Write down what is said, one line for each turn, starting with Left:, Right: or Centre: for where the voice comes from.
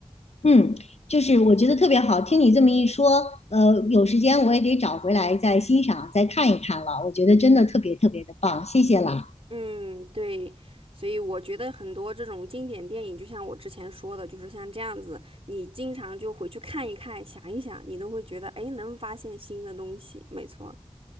Left: 嗯，就是我觉得特别好，听你这么一说，呃，有时间我也得找回来再欣赏、再看一看了，我觉得真的特别特别的棒，谢谢啦。
Right: 嗯，对，所以我觉得很多这种经典电影，就像我之前说的，就是像这样子，你经常就回去看一看，想一想，你都会觉得，哎，能发现新的东西。没错，